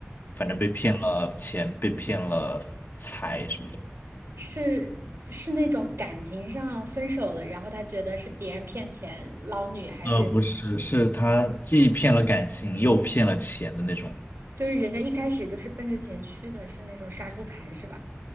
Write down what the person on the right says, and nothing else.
这
是是那种感情上分手了，然后他觉得是别人骗钱捞女，还是
就是人家一开始就是奔着钱去的，是那种杀猪盘是吧？